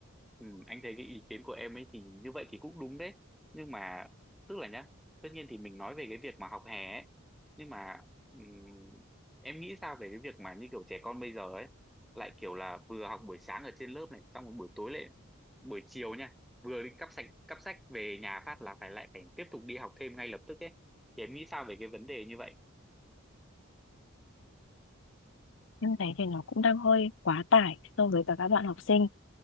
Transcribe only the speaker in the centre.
ừ. anh thấy cái ý kiến của em ấy thì như vậy thì cũng đúng đấy nhưng mà tức là nhá tất nhiên thì mình nói về cái việc mà học hè ấy nhưng mà ừm, em nghĩ sao về cái việc mà như kiểu trẻ con bây giờ ấy lại kiểu là vừa học buổi sáng ở trên lớp này xong rồi buổi tối lại buổi chiều nha vừa đi cắp sách cắp sách về nhà phát là phải lại phải tiếp tục đi học thêm ngay lập tức ấy thì em nghĩ sao về cái vấn đề như vậy